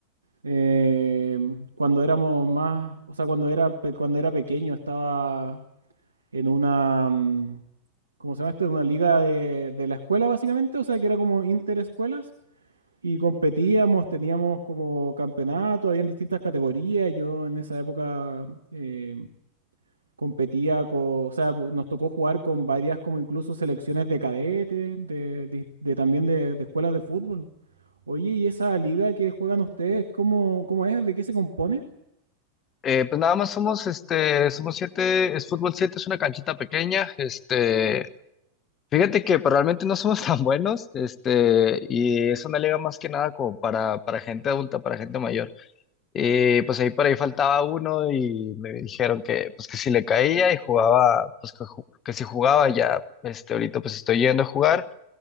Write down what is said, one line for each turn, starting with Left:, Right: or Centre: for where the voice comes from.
Right: Eh, cuando éramos más, o sea, cuando era, pe- cuando era pequeño estaba en una, mm, ¿cómo se llama esto? En una liga de, de la escuela, básicamente, o sea, que era como interescuelas. Y competíamos, teníamos como campeonato, habían distintas categorías. Yo en esa época eh, competía con, o sea, pu- nos tocó jugar con varias como incluso selecciones de cadetes, de, de- de también de, de escuelas de fútbol. Oye, ¿y esa liga que juegan ustedes, cómo, cómo es? ¿De qué se compone?
Left: Eh, pues nada más somos, este, somos siete, es fútbol 7, es una canchita pequeña. Este, fíjate que pues, realmente no somos <laughs> tan buenos. Este, y es una liga más que nada como para, para gente adulta, para gente mayor. Y pues ahí por ahí faltaba uno y me dijeron que pues que si le caía y jugaba, pues que, ju- que si jugaba ya, este, ahorita pues estoy yendo a jugar.